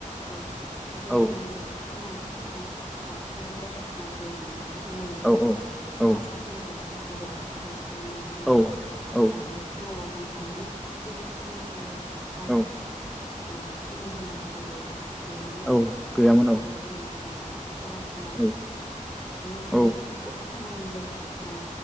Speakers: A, on the left; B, in the centre.
A: औ गोदोनि
B: औ
A: समावथ जोंहा हासार बायदिसिना होआमोन्ना। मोन्नाय मुलि
B: औ औ
A: हासार होनोब्ला जोंहा गोबोर हासारलसो ओ नङा होमबा
B: औ औ
A: ओं बे समाव जोंहा माने जेबो केमिकेल बा
B: औ
A: ओ गिनो गोनां जेबो गैयामोन।
B: औ गैयामोन
A: आथिखालाव
B: औ
A: जों अ रासायना
B: औ
A: बे माने
B: औ
A: गोबां मुलि बायदिसिना